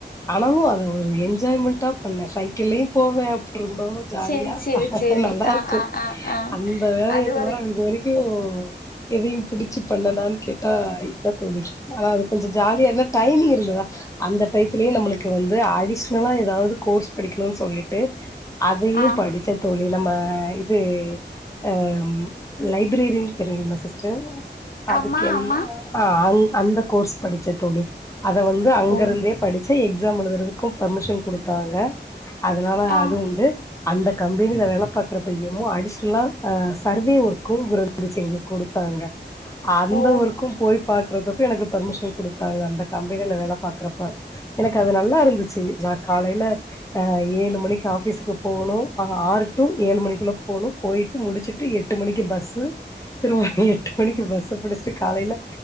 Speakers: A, on the left (about 15°); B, on the left (about 50°).
A: ஆனாலு அது ஒரு என்ஜாய்மெண்ட்டா பண்ணே சைக்கிள்லயு போவே ரொம்பவு ஜாலியா
B: செரி செரி செரி
A: நல்லாருக்கு
B: ஆ ஆ ஆ ஆ
A: அந்த வேலய
B: அது
A: தவர
B: ஒரு
A: இது வரைக்கு யு எதையு பிடிச்சு பண்ணனான் கேட்டா இதா தோழி ஆனா கொஞ்ச ஜாலியா இருந்த டைமிங் இருந்ததா அந்த டயத்திலயே நமளுக்கு வந்து அடிஷனலா எதாவுது கோர்ஸ் படிக்கணுன் சொல்லிட்டு அதையு
B: ஆ
A: படிச்ச தோழி நம்ம இது அ லைப்ரரியன் தெரியுல்ல சிஸ்டர் அதுக்கு
B: ஆமா
A: என்ன
B: ஆமா
A: அ அந் அந்த கோர்ஸ் படிச்ச தோழி அத வந்து அங்கருந்தே
B: ஓ
A: படிச்சு எக்ஸாம் எழுதுறதுக்கு பர்மிஷன் குடுத்தாங்க அதனால
B: ஆ
A: அது வந்து அந்த கம்பெனில வேல பாக்கறப்பயு அடிஷனலா சர்வே ஒர்க்கு வந்துச்சு எங்ளுக்கு குடுத்தாங்க அந்த
B: ஓ
A: ஊருக்கும் போய் பாக்குறதுப்ப எனக்கு பெர்மிஷன் குடுத்தாங்க அந்த கம்பெனில வேல பாக்குறப்ப எனக்கு அது நல்லா இருந்துச்சு நா காலைல எ ஏழு மணிக்கு ஆஃபிஸுக்கு போகணு ஆ ஆறு டூ ஏழு மணிக்குள்ள போகணு போய்ட்டு முடிச்சுட்டு எட்டு மணிக்கு பஸ்ஸு திரும்ப எட்டு மணிக்கு பஸ்ஸ பிடிச்ட்டு காலைல